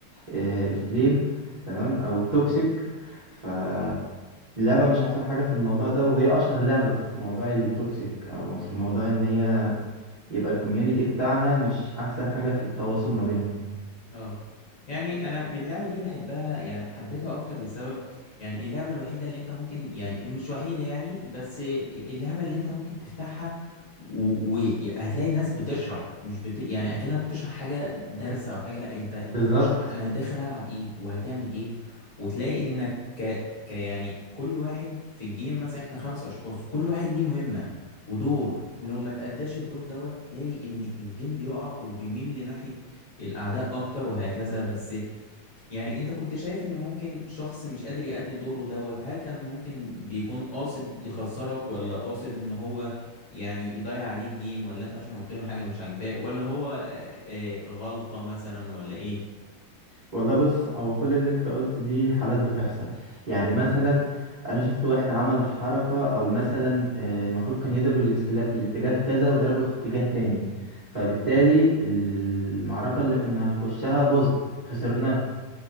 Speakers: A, on the right; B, on the left.
A: آه، الفليم تمام او التوكسيك فاللعبة مش احسن حاجة في الموضوع ده وهي اشهر لعبة في موضوع التوكسيك او في موضوع ان هي يبقى الكوميونيتي بتاعها مش احسن حاجة في التواصل ما بينهم
B: اه يعني انا من اللعبه دي بحبها يعني حبيتها اكتر لسبب يعني اللعبه الوحيده اللي انت ممكن يعني مش وحيده يعني بس اللعبه اللي انت ممكن تفتحها وهتلاقي ناس بتشرح مش بت... يعني اكنك بتشرح حاجه درس او حاجه لا انت انت
A: بالظبط
B: بتشرح انا داخل العب ايه وهتعمل ايه وتلاقي انك ك... ك يعني كل واحد في الجيم مثلا احنا خمس اشخاص كل واحد ليه مهمه ودور ولو ما تأداش الدور دوت تلاقي ان الجيم بيقع وبيميل لناحية الأعداء أكتر وهكذا بس يعني أنت كنت شايف إن ممكن شخص مش قادر يأدي دوره دوت هل كان ممكن بيكون قاصد يخسرك ولا قاصد إن هو يعني يضيع عليك جيم ولا أنت عشان قلت له حاجة مش عاجباه ولا هو آه، آه، غلطة مثلا ولا إيه
A: والله بص هو كل اللي انت قلته دي حالات بتحصل يعني مثلا انا شفت واحد عمل حركة او مثلا آه، المفروض كان يضرب الاسكلية في الاتجاه كذا وضربه في اتجاه تاني فبالتالي المعركة اللي كنا هنخشها باظت خسرناها